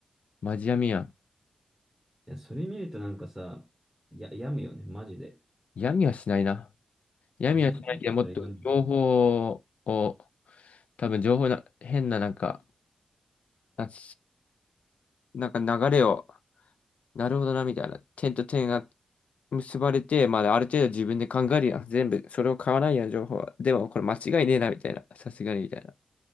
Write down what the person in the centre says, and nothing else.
や、それ見るとなんかさ、や、病むよね。マジで。
ずっと見てたら病む。